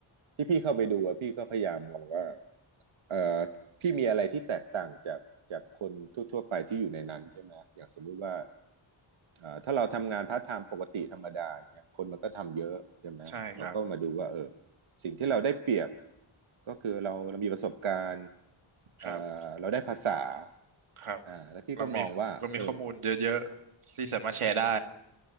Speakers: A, on the right; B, on the right.
A: ที่พี่เข้าไปดูอะพี่ก็พยายามมองว่าเอ่อพี่มีอะไรที่แตกต่างจากจากคนทั่วๆไปที่อยู่ในนั้นใช่ไหมอย่างสมมุติว่าเอ่อถ้าเราทำงานพาร์ทไทม์ปกติธรรมดาเนี่ยคนมันก็ทำเยอะใช่ไหมเราก็มาดูว่าเออ
B: ใช่ครับ
A: สิ่งที่เราได้เปรียบก็คือเราเรามีประสบการณ์เอ่อเราได้ภาษา
B: ครับครับ
A: อ่าแล้วพี่ก็มองว่าเออ
B: เรามีเรามีข้อมูลเยอะๆที่สามารถแชร์ได้